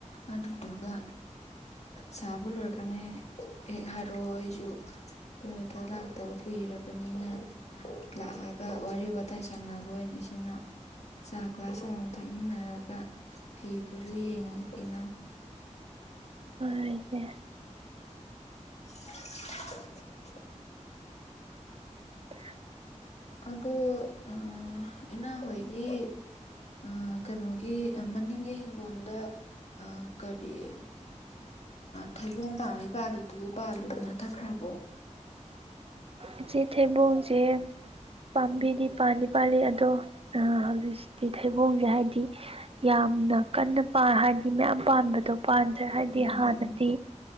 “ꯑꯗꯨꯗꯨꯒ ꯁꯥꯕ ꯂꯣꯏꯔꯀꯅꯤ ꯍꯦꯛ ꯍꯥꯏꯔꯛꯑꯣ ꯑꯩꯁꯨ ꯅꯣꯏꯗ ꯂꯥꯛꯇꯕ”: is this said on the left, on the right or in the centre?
Left